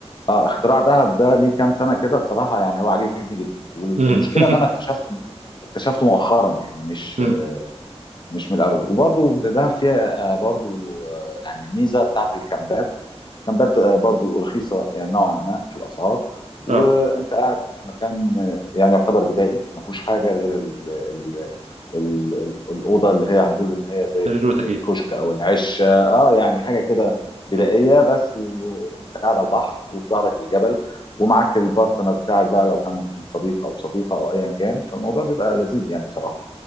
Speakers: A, on the left (about 40°); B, on the right (about 85°).
A: اه اختراع دهب ده ليه كام سنه كده بصراحه يعني هو عاجبني جدا والمشكله
B: امم <laughs>
A: ان انا اكتشفته اكتشفته مؤخرا يعني مش
B: امم
A: مش من الاول وبرضو دهب فيها آه، برضو آه، يعني ميزه بتاعت الكامبات كامبات آه، برضو رخيصه يعني نوعا ما في الاسعار وانت
B: اه
A: قاعد في مكان آه، يعني يعتبر بدائي ما فيهوش حاجه غير ال ال ال ال الاوضه اللي هي هنقول ان هي زي
B: سرير وتكييف
A: الكشك او العشه اه يعني حاجه كده بدائيه
B: أمم.
A: بس وانت قاعد على البحر وفي ظهرك الجبل ومعاك البارتنر بتاعك بقى لو كان صديق او صديقه او ايا كان فالموضوع بيبقى لذيذ يعني بصراحه